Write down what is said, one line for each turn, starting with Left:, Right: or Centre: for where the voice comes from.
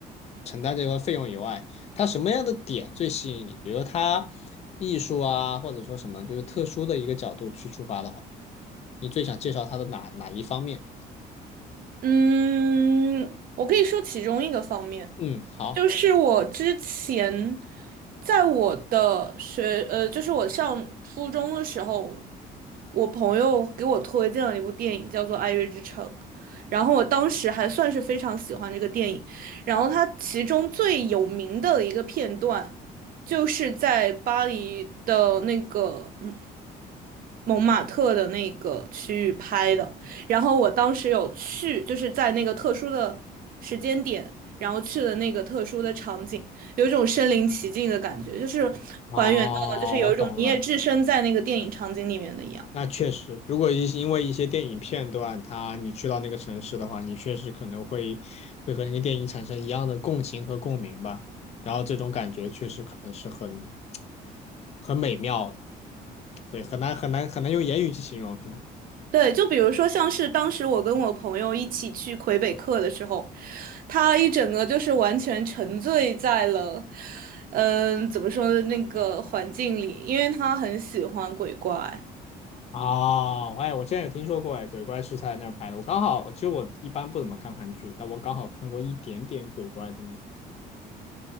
Left: 承担这个费用以外，他什么样的点最吸引你？比如他艺术啊，或者说什么就是特殊的一个角度去出发的话，你最想介绍他的哪哪一方面？
Right: 嗯，我可以说其中一个方面，
Left: 嗯，好。
Right: 就是我之前在我的学，呃，就是我上初中的时候，我朋友给我推荐了一部电影，叫做《爱乐之城》，然后我当时还算是非常喜欢这个电影，然后它其中最有名的一个片段，就是在巴黎的那个嗯。蒙马特的那个区域拍的，然后我当时有去，就是在那个特殊的时间点，然后去了那个特殊的场景，有一种身临其境的感觉，就是还原到了，
Left: 哦，
Right: 就是有一种你也置身在那个电影场景里面的一样。
Left: 我懂了。那确实，如果一因为一些电影片段，它你去到那个城市的话，你确实可能会会和那个电影产生一样的共情和共鸣吧。然后这种感觉确实可能是很很美妙的，对，很难很难很难用言语去形容，可能。
Right: 对，就比如说像是当时我跟我朋友一起去魁北克的时候，他一整个就是完全沉醉在了，嗯、怎么说的那个环境里，因为他很喜欢鬼怪。
Left: 哦，哎，我之前有听说过，哎，鬼怪是在那儿拍的。我刚好，其实我一般不怎么看韩剧，但我刚好看过一点点鬼怪的那个。